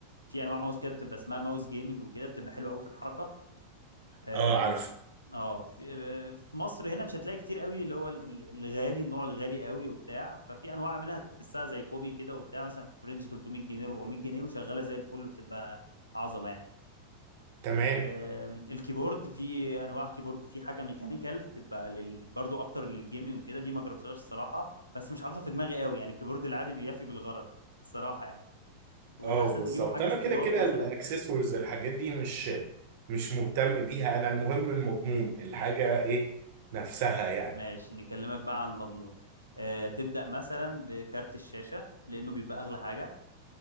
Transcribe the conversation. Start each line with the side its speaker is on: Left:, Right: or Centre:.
Left: في انواع ماوس كده بتبقى اسمها ماوس جيمنج وكده بتبقى حلوه قوي في الحركه آم،
Right: اه عارف
Left: اه في آه، في مصر هنا مش هتلاقي كتير قوي اللي هو ال- ال- الغالي النوع الغالي قوي وبتاع ففي انواع منها تحسها زي كوبي كده وبتاع مثلا في رينج 300 جنيه 400 جنيه وشغاله زي الفل وبتبقى عظمه يعني
Right: تمام
Left: آم، الكيبورد في انواع كيبورد في حاجه ميكانيكال بتبقى لل... برضو اكتر للجيمنج كده دي ما جربتهاش الصراحه بس مش حاططها في دماغي قوي يعني الكيبورد العادي بيفي بالغرض الصراحه يعني والاحسن
Right: اه بالظبط
Left: تجيبوا حاجه
Right: انا
Left: استيراد
Right: كده كده
Left: مثلا
Right: الاكسسوارز الحاجات دي مش مش مهتم بيها انا المهم المضمون الحاجه ايه نفسها يعني
Left: ماشي نكلمك بقى عن المضمون آه، تبدا مثلا بكارت الشاشه لانه بيبقى اغلى حاجه